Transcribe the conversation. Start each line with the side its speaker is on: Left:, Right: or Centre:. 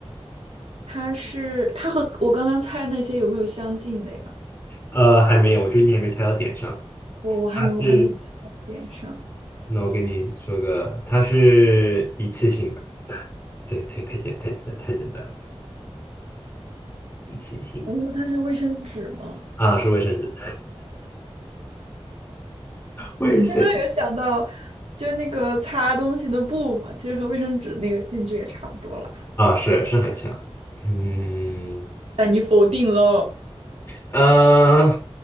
Right: 它是，它和我刚刚猜那些有没有相近的呀？
Left: 呃，还没有，我觉得你还没猜到点上，
Right: 我我还我还没猜到点上。
Left: 它是，那我跟你说个，它是一次性的，对，太太简太简单太简单了。一次性的
Right: 嗯，那它是卫生纸吗？
Left: 啊，是卫生纸 <laughs> 卫生
Right: 刚刚有想到，就是那个擦东西的布嘛，其实和卫生纸那个性质也差不多了。
Left: 啊，是是很像，嗯
Right: 但你否定了
Left: 呃，